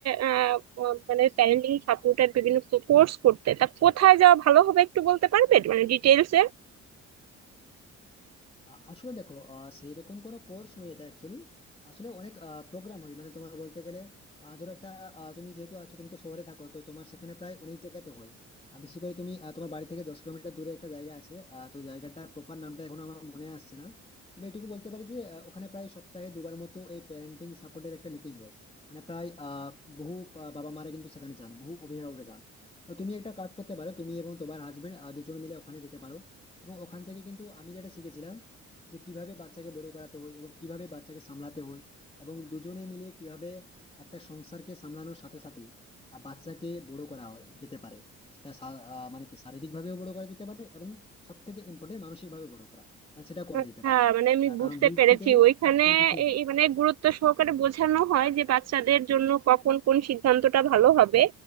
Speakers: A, on the right; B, on the left.
A: আহ, আহ, মানে প্যারেন্টিং সাপোর্টের বিভিন্ন কোর্স করতে তা কোথায় যাওয়া ভালো হবে একটু বলতে পারবে মানে ডিটেলস
B: আ- আসলে দেখো সেই রকম কোনো কোর্স নয় এটা অ্যাকচুয়ালি আসলে অনেক প্রোগ্রাম হয় মানে তোমার বলতে গেলে আহ, ধরো একটা আহ, তুমি যেহেতু আছো তুমি তো শহরে থাকো তো তোমার সেখানে প্রায় অনেক জায়গাতে হয় আর বিশেষ করে তুমি আহ, তোমার বাড়ি থেকে দশ কিলোমিটার দূরে একটা জায়গা আছে আহ, তো জায়গাটার প্রপার নামটা এখনো আমার মনে আসছে না তবে এটুকু বলতে পারি যে আহ, ওখানে প্রায় সপ্তাহে দুবার মতো এই প্যারেন্টিং সাপোর্টের একটা মিটিং হয় মানে প্রায় আহ বহু আহ, বাবা মারা কিন্তু সেখানে যান বহু অভিভাবকরা যান তো তুমি একটা কাজ করতে পারো তুমি এবং তোমার হাজবেন্ড দুজন মিলে ওখানে যেতে পারো এবং ওখান থেকে কিন্তু আমি যেটা শিখেছিলাম যে কিভাবে বাচ্চাকে বড় করাতে হয় এবং কিভাবে বাচ্চাকে সামলাতে হয় এবং দুজনে মিলে কিভাবে একটা সংসারকে সামলানোর সাথে সাথে আহ, বাচ্চাকে বড় করা হয়- যেতে পারে সেটা সা- আহ, মানে কি শারীরিক ভাবেও বড় করা যেতে পারে এবং সব থেকে ইম্পর্টেন্ট মানসিক ভাবে বড় করা মানে সেটা করা
A: আচ্ছা
B: যেতে পারে
A: মানে আমি
B: আহ, কারণ
A: বুঝতে
B: বৃত্তি
A: পেরেছি
B: পেলে
A: ওইখানে
B: actually কিছুই
A: এ-
B: হয় না।
A: এ মানে গুরুত্ব সহকারে বোঝানো হয় যে বাচ্চাদের জন্য কখন কোন সিদ্ধান্তটা ভালো হবে